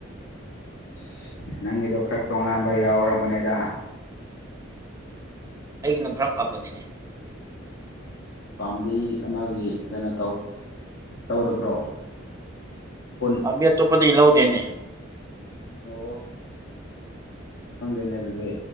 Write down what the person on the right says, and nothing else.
ꯑꯩꯒꯤꯅ ꯈꯔ ꯐꯕꯅꯤꯅꯦ
ꯑꯥꯕꯤ ꯑ ꯇꯣꯞꯄꯗꯤ ꯂꯧꯥꯎꯗꯅꯦ